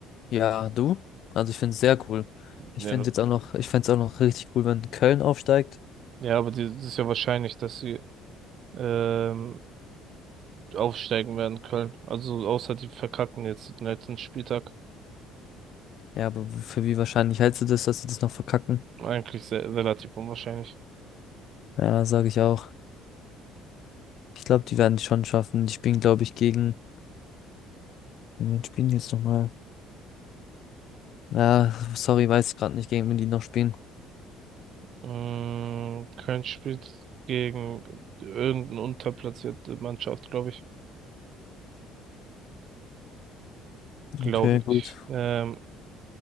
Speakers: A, on the left; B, on the right.
A: ja, du? Also, ich finde es sehr cool. Ich
B: Ja,
A: finde
B: na-
A: jetzt auch noch, ich fände es auch noch richtig cool, wenn Köln aufsteigt.
B: ja, aber die, das ist ja wahrscheinlich, dass sie ähm, aufsteigen werden, Köln. Also außer die verkacken jetzt den letzten Spieltag.
A: Ja, aber w- für wie wahrscheinlich hältst du das, dass sie das noch verkacken?
B: Eigentlich sehr, relativ unwahrscheinlich.
A: Ja, sage ich auch. Ich glaube, die werden es schon schaffen. Die spielen, glaube ich, gegen Gegen wen spielen die jetzt nochmal? Ja, sorry, weiß ich gerade nicht, gegen wen die noch spielen.
B: Mm, Köln spielt gegen irgendeine unterplatzierte Mannschaft, glaube ich. Glaube
A: Okay,
B: ich.
A: gut.
B: Ähm,